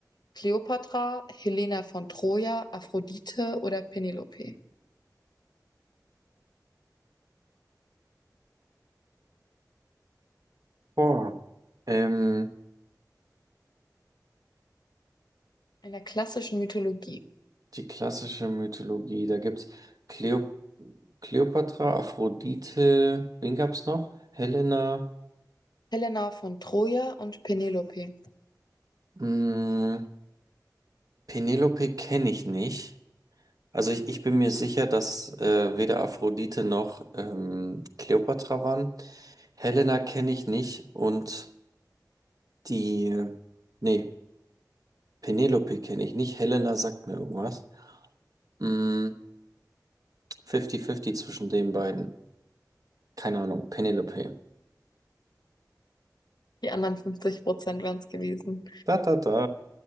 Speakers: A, on the left; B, on the right.
A: Kleopatra, Helena von Troja, Aphrodite oder Penelope?
B: Boah. Ähm,
A: In der klassischen Mythologie.
B: die klassische Mythologie, da gibt's Cleo Kleopatra, Aphrodite, wen gab's noch? Helena,
A: Helena von Troja und Penelope.
B: mh, Penelope kenne ich nicht. Also ich, ich bin mir sicher, dass äh, weder Aphrodite noch ähm, Kleopatra waren. Helena kenne ich nicht und die, nee, Penelope kenne ich nicht. Helena sagt mir irgendwas. Mh, 50-50 zwischen den beiden. Keine Ahnung, Penelope.
A: Die anderen fünfzig Prozent wären es gewesen.
B: Da, da, da.